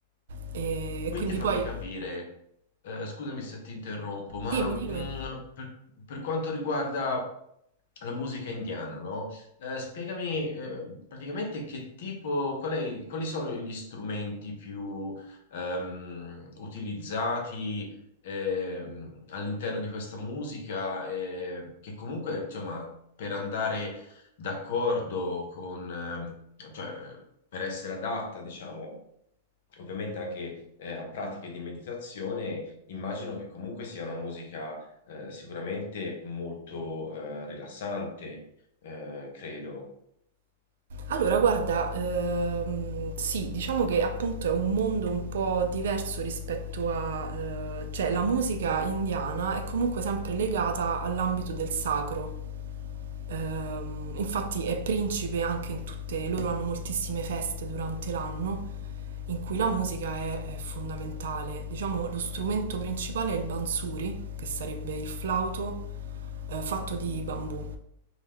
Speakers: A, on the right; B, on the left.
A: E, e
B: quindi
A: quindi
B: fammi
A: poi,
B: capire, eh, scusami se ti interrompo, ma
A: dimmi,
B: mm,
A: dimmi.
B: per per quanto riguarda alla musica indiana, no? Eh, spiegami eh, praticamente che tipo, qual è- quali sono gli strumenti più ehm, utilizzati ehm, all'interno di questa musica, eh, che comunque, insomma, per andare d'accordo con, eh, cioè, per essere adatta, diciamo ovviamente anche eh, a pratiche di meditazione, immagino che comunque sia una musica eh, sicuramente molto eh, rilassante, eh, credo.
A: Allora, guarda, ehm, sì, diciamo che appunto è un mondo un po' diverso rispetto a... eh, cioè la musica indiana è comunque sempre legata all'ambito del sacro. Ehm, infatti è principe anche in tutte... loro hanno moltissime feste durante l'anno in cui la musica è, è fondamentale. Diciamo lo strumento principale è il bansuri, che sarebbe il flauto eh, fatto di bambù,